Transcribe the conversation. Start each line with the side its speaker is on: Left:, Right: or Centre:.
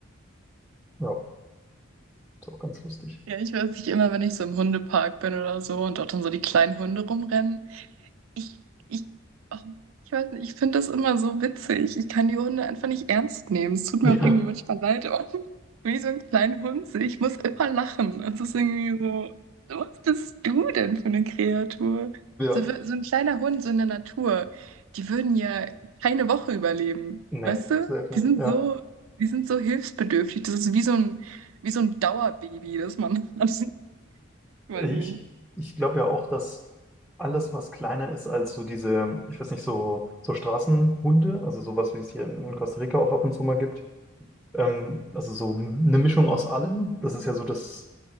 Centre: Ja, ist auch ganz lustig.
Right: Ja, ich weiß nicht immer, wenn ich so im Hundepark bin oder so und dort dann so die kleinen Hunde rumrennen. Ich, ich, oh, ich weiß nicht, ich finde das immer so witzig. Ich kann die Hunde einfach nicht ernst nehmen. Es tut
Centre: <laughs>
Right: mir auch
Centre: Ja,
Right: irgendwie manchmal leid, aber <laughs> wie so ein kleiner Hund. Ich muss immer lachen. Es ist irgendwie so, was bist du denn für eine Kreatur?
Centre: ja.
Right: So, wi- so ein kleiner Hund, so in der Natur, die würden ja keine Woche überleben.
Centre: Nee,
Right: Weißt du?
Centre: safe nicht.
Right: Die sind
Centre: Ja.
Right: so, die sind so hilfsbedürftig. Das ist wie so ein, wie so ein Dauerbaby, das man <laughs> hat. Ich weiß
Centre: Ich,
Right: nicht.
Centre: ich glaube ja auch, dass alles, was kleiner ist als so diese, ich weiß nicht, so, so Straßenhunde, also sowas, wie es hier in, in Costa Rica auch ab und zu mal gibt, Ähm, also so eine Mischung aus allem. Das ist ja so das